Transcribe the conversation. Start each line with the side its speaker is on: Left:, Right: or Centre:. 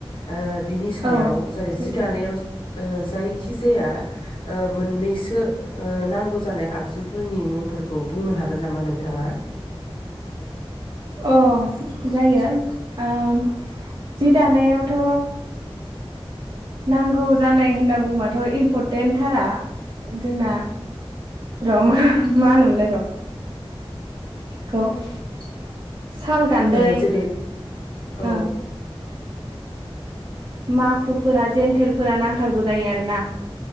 Left: ओ बिनि सायाव
Right: औ
Left: जेरै
Right: सैथो
Left: जि दानायाव ओ जायखिजाया ओ मोननैसो ओ नांगौ जानाय आगजुफोरनि मुं फोरखौ बुंनो हागोन नामा नोंथांङा?
Right: अ जायो ओ जि दानायावथ' नांगौ जानाय होनना बुंबाथ' इम्परटेन्टथारा जोंना र मा मा होनोमोनलाय र <unintelligible> साल गान्दै
Left: ओ जेरै औ
Right: ओं माखुफोरा जेेनथेरफोरा नांथारगौ जायो आरोना।